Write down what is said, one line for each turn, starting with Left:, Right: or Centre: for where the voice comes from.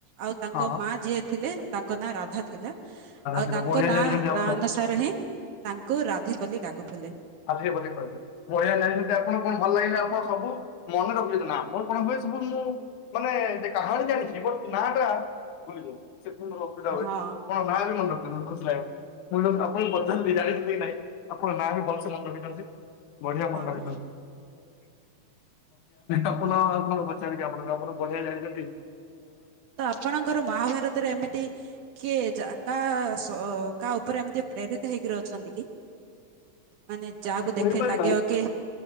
Right: ଆଉ
Left: ରାଧା
Right: ତାଙ୍କ ମା ଯିଏ ଥିଲେ ତାଙ୍କ ନାଁ ରାଧା ଥିଲା। ଆଉ
Left: ସେଇଟା
Right: ତାଙ୍କ
Left: ବଢିଆ
Right: ନାଁ-
Left: ଜାଣିଛନ୍ତି ଆପଣ
Right: ନାଁ ଅନୁସାରେ ହିଁ ତାଙ୍କୁ ରାଧି ବୋଲି ଡାକୁଥିଲେ।
Left: ରାଧି ବୋଲି ଡାକୁଥିଲେ। ବଢିଆ ଜାଣିଚନ୍ତି ସେ ଆପଣ କଣ ଭଲ ଲାଗିଲେ ଆପଣ ସବୁ ମନେ ରଖିଚନ୍ତି ନା ମୋର କଣ ହୁଏ ସବୁ ମୁଁ ମାନେ ଯେ-କାହାଣୀ ଜାଣିଚି ବଟ୍ ନା ଟା ଭୁଲିଯାଉଚି ସେଥି ଅସୁବିଧା ହୁଏ
Right: ହଁ
Left: କଣ ନାଁ ବି ମନ ରଖ୍ ଖୁସି ଲାଗିବ ଆପଣଙ୍କୁ ବି ପଚାରିଲି ଜାଣିଚନ୍ତି କି ନାଇଁ ଆପଣ ନାଁ ବି ଭଲ ମନ ରଖିଥାନ୍ତି ବଢିଆ
Right: ହଁ
Left: ମନ ରଖିଚନ୍ତି। ଆପଣ ଆଉ କଣ ପଚାରିବେ ଆପଣ ଉପରେ ବଢିଆ ଜାଣିଚନ୍ତି।
Right: ତ ଆପଣଙ୍କର ମହାଭାରତରେ ଏମିତି କିଏ ଯା- କା -ଶ -କା ଉପରେ ଏମିତି ପ୍ରେରିତ୍ ହେଇକିରି ଅଛନ୍ତି କି? ମାନେ ଯାହାକୁ ଦେଖେଇ
Left: କହିପାରିବାନି
Right: ଲାଗିବ କେ